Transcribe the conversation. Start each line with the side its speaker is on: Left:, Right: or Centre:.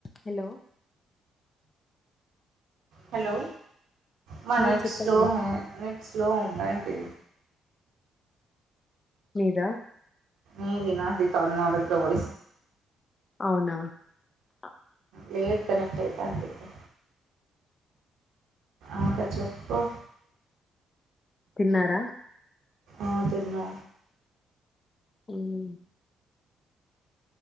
Left: Hello
Right: hello మా
Left: ఆ
Right: net
Left: చెప్పండి
Right: slow నెట్ స్లో ఉన్నా థూ
Left: మీదా
Right: ఏది నాది కాదు నా దగ్గర ఓ
Left: అవునా అ
Right: లేేట్ కనెక్ట్ అయితే అందుతె అకా చెప్పు
Left: తిన్నారా
Right: ఆ తిన్నా
Left: ఊమ్